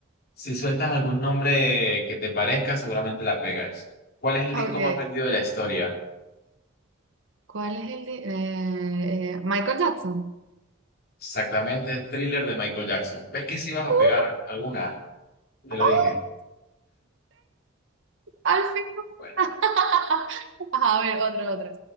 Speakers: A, on the left; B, on the right.
A: si sueltas algún nombre que te parezca, seguramente la pegas. ¿Cuál es el
B: Ok.
A: disco más vendido de la historia?
B: ¿Cuál es el de... eh, eh, Michael Jackson?
A: Exactamente, Thriller de Michael Jackson. ¿Ves que si vas a
B: Uh,
A: pegar alguna? Te lo
B: oh.
A: dije.
B: Al fin.
A: Bueno,
B: <laughs> Ajá, A ver, otra, otra.